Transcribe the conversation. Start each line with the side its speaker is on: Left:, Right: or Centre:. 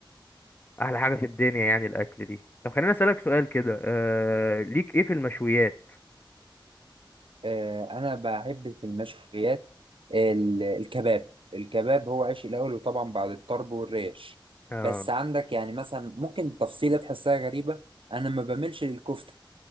Left: احلى حاجه في الدنيا يعني الاكل دي طب خليني اسالك سؤال كده آه ليك ايه في المشويات
Right: آه، انا بحب في المشويات ال- الكباب الكباب هو عيش الاول وطبعا بعد الطرب والريش
Left: آه
Right: بس عندك يعني مثلا ممكن تفصيله تحسها غريبه انا ما بملش للكفته